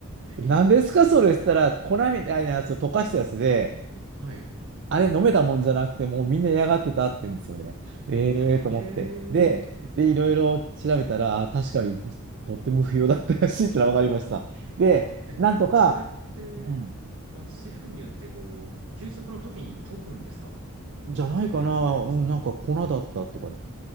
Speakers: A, on the right (about 55°); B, on the right (about 80°).
A: 何ですかそれしたら、
B: え、脱脂粉乳
A: 粉みたいなやつを溶かしたやつで、
B: はい。
A: あれ飲めたもんじゃなくて、もうみんな嫌がってたって言うんですよね。ええと思って。
B: ええ
A: で、で、いろいろ調べたら、あ、確かにとっても不要だったらしいってのは分かりました。で、
B: え、
A: なんとか、
B: それって、
A: うん
B: 脱脂粉乳ってこう、給食の時に溶くんですかこう溶いて出されるんですかね
A: じゃないかな、うん、なんか粉だったとか言って。